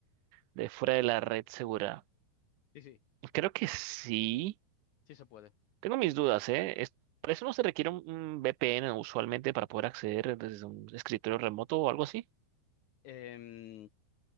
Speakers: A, on the right (about 85°); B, on the left (about 75°).
A: de fuera de la red segura.
B: Sí, sí,
A: Creo que sí,
B: sí se puede.
A: tengo mis dudas, ¿eh? Es- para eso no se requiere un, un VPN usualmente para poder acceder desde un escritorio remoto o algo así.
B: Em,